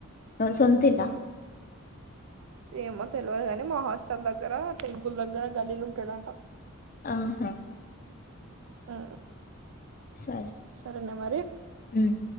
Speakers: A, on the left; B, on the right.
A: సొంతిల్లా
B: ఉమ్, ఏమో తెలవదు కాని మా హాస్టల్ దగ్గర టెంపుల్ దగ్గర గల్లీల ఉంటడంట
A: ఆహా
B: ఆ
A: సరే
B: సరేనే మరి
A: ఉమ్